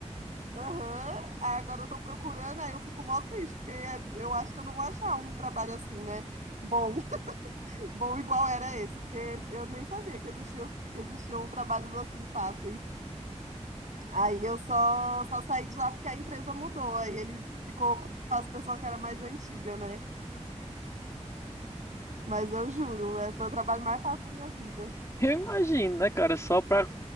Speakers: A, on the right; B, on the left.
A: aham, aí agora eu tô procurando, aí eu fico mó triste, porque eu acho que eu não vou achar um trabalho assim, né? Bom, <laughs> bom igual era esse, porque eu nem sabia que existia, que existiam trabalhos assim fáceis. Aí eu só, só saí de lá porque a empresa mudou, aí eles ficou com as pessoas que era mais antiga, né? Mas eu juro, é, foi o trabalho mais fácil da minha vida.
B: Eu imagino, né, cara? Só pra